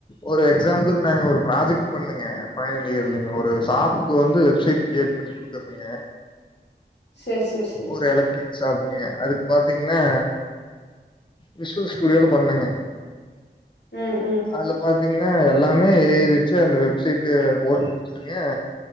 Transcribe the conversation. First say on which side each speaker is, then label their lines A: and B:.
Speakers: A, on the left; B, on the left.
A: ஒரு எக்ஸாம்பில்க்கு நாங்க ஒரு ப்ராஜெக்ட் பண்ணொங்க ஃபைனல் இயர்லங்க ஒரு ஷாப்புக்கு வந்து வெப்சைட் கிரியேட் பண்ணி குடுக்குறதுங்க
B: செரி செரி செரி
A: ஒரு எலக்ட்ரிக் ஷாப்புக்குங்க அதுக்கு பாத்தீங்ன்னா விஷ்வல் ஸ்டுடியோல பண்ணங்க
B: ம் ம்
A: அதுல பாத்தீங்கன்னா எல்லாமே ஏ ஐ வச்சு அந்த வெப்சைட் போட்டு குடுத்துட்டுங்க